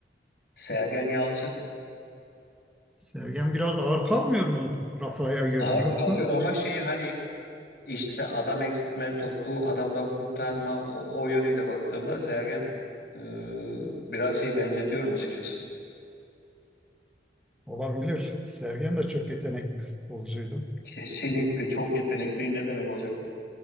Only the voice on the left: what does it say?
Sergen Yalçın
ağır
kalıyor ama şey hani işte adam eksiltme, topu adamdan kurtarma o, o yönüyle baktığımda Sergen e, biraz şey benzetiyorum açıkçası.
Kesinlikle çok yetenekli ne demek hocam?